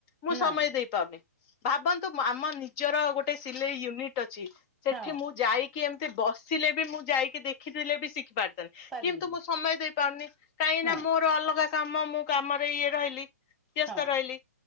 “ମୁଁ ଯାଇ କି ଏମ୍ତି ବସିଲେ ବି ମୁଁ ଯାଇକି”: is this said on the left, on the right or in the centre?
Left